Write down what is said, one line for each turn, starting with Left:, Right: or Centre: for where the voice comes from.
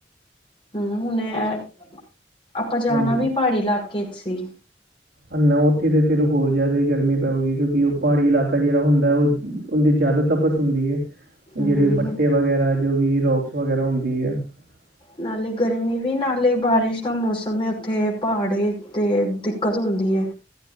Left: ਹੂੰ ਹੁਣੇ ਐ ਆਪਾਂ ਜਾਣਾ
Right: ਹਾਂਜੀ
Left: ਵੀ ਪਾੜੀ ਇਲਾਕੇ ਚ ਸੀ।
Right: ਹਨਾ ਉੱਥੇ ਤੇ ਫਿਰ ਹੋਰ ਜਾਦੀ ਗਰਮੀ ਪਓਗੀ ਕਿਉਂਕਿ ਓ ਪਾੜੀ ਇਲਾਕਾ ਜੇੜਾ ਹੁੰਦਾ ਓ ਓਨਦੀ ਜਾਦਾ ਤਪਸ ਹੁੰਦੀ ਐ
Left: ਹੂੰ
Right: ਜੇੜੇ ਵੱਟੇ ਵਗੈਰਾ ਜੋ ਵੀ ਰੋਕਸ ਵਗੈਰਾ ਹੁੰਦੀ ਆ। <inaudible>
Left: ਨਾਲੇ ਗਰਮੀ ਵੀ ਨਾਲੇ ਬਾਰਿਸ਼ ਦਾ ਮੌਸਮ ਏ ਓਥੇ ਪਾੜੇ ਤੇ ਦਿੱਕਤ ਹੁੰਦੀ ਐ।